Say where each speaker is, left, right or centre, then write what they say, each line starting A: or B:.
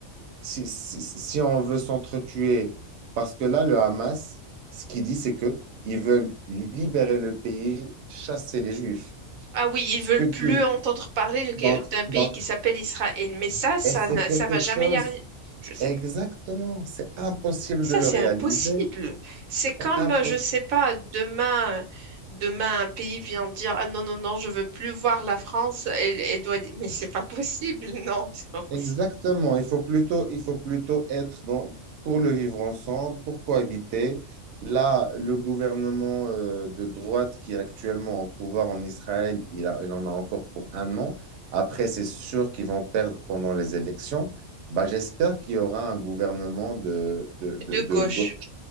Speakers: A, on the right; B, on the right.
A: si, si, si on veut s'entretuer, parce que là, le Hamas, ce qu'il dit, c'est que ils veulent libérer le pays, chasser les Juifs.
B: Ah oui, ils
A: Ce
B: veulent
A: que disent.
B: plus entendre parler de-
A: Donc,
B: d'un pays
A: donc,
B: qui s'appelle Israël. Mais ça, ça,
A: et c'est
B: n'a-
A: quelque
B: ça va
A: chose,
B: jamais y arriver. Je sais
A: exactement,
B: pas.
A: c'est impossible
B: Ça,
A: de le
B: c'est
A: réaliser,
B: impossible. C'est comme,
A: c'est impossible.
B: euh, je sais pas, demain, demain, un pays vient dire, ah non, non, non, je veux plus voir la France. Elle, elle doit dire, mais c'est pas possible. <laughs> Non, c'est pas possible.
A: Exactement, il faut plutôt, il faut plutôt être dans, pour le vivre ensemble, pour cohabiter. Là, le gouvernement euh, de droite qui est actuellement au pouvoir en Israël, il a- il en a encore pour un an. Après, c'est sûr qu'ils vont perdre pendant les élections. Bah, j'espère qu'il y aura un gouvernement de, de, de,
B: De
A: de
B: gauche.
A: gauche,